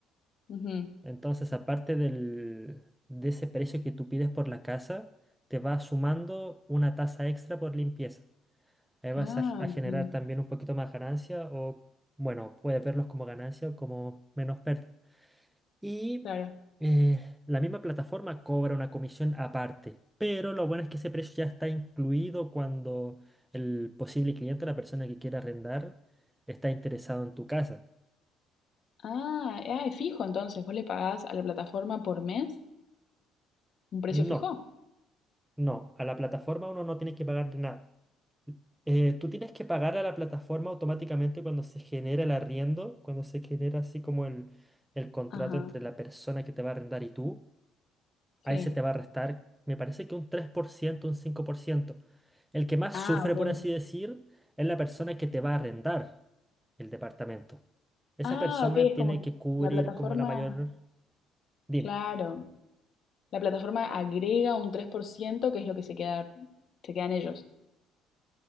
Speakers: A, on the left; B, in the centre.
A: ujú.
B: Entonces, aparte del, de ese precio que tú pides por la casa, te va sumando una tasa extra por limpieza. Ahí vas
A: Ah,
B: a, a generar
A: bien,
B: también un poquito más ganancia o, bueno, puedes verlos como ganancia o como menos pérdida. Y
A: claro.
B: eh, la misma plataforma cobra una comisión aparte, pero lo bueno es que ese precio ya está incluido cuando el posible cliente, la persona que quiera arrendar, está interesado en tu casa.
A: Ah, ah, es fijo entonces. Vos le pagás a la plataforma por mes un precio
B: No,
A: fijo.
B: no, a la plataforma uno no tiene que pagar nada. Eh, tú tienes que pagar a la plataforma automáticamente cuando se genera el arriendo, cuando se genera así como el, el contrato
A: Ajá,
B: entre la persona que te va a arrendar y tú. ahí
A: sí.
B: se te va a restar, me parece que un 3% un cinco por ciento El que más
A: Ah,
B: sufre,
A: ok.
B: por así decir, es la persona que te va a arrendar el departamento. Esa
A: Ah,
B: persona
A: ok, es
B: tiene
A: como que
B: que cubrir
A: la plataforma,
B: como la mayor... Dime.
A: claro, la plataforma agrega un 3% que es lo que se queda, se quedan ellos,